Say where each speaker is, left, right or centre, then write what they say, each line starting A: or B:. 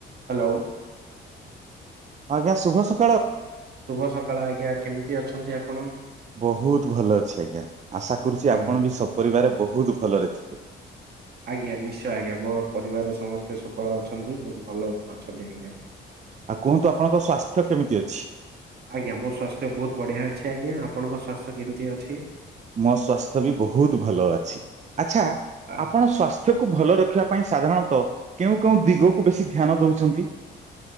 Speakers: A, on the right (about 55°); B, on the right (about 35°).
A: Hello.
B: ଆଜ୍ଞା ଶୁଭ ସ
A: ଶୁଭ ସକାଳ ଆଜ୍ଞା କେମିତି ଅଛନ୍ତି ଆପଣ?
B: ବହୁତ ଭଲ ଅଛି ଆଜ୍ଞା ଆଶା କରୁଚି
A: ଆଜ୍ଞା
B: ଆପଣ ବି ସପରିବାର ବହୁତ ଭଲରେ ଥିବେ।
A: ଆଜ୍ଞା ନିଶ୍ଚୟ ଆଜ୍ଞା ମୋ ପରିବାରରେ ସମସ୍ତେ ଶୁକଳ ଅଛନ୍ତି ବହୁତ ଭଲ ଅଛନ୍ତି ଆଜ୍ଞା।
B: ଆଉ କୁହନ୍ତୁ ଆପଣଙ୍କ ସ୍ଵାସ୍ଥ୍ୟ କେମିତି ଅଛି?
A: ଆଜ୍ଞା ମୋ ସ୍ଵାସ୍ଥ୍ୟ ବହୁତ ବଢିଆ ଅଛି ଆଜ୍ଞା ଆପଣଙ୍କ ସ୍ଵାସ୍ଥ୍ୟ କେମିତି ଅଛି?
B: ମୋ ସ୍ଵାସ୍ଥ୍ୟ ବି ବହୁତ ଭଲ ଅଛି ଆଛା
A: ଆ
B: ଆପଣ ସ୍ଵାସ୍ଥ୍ୟକୁ ଭଲ ରଖିବା ପାଇଁ ସାଧାରଣତଃ କେଉଁ କେଉଁ ଦିଗକୁ ବେଶୀ ଧ୍ୟାନ ଦେଉଛନ୍ତି?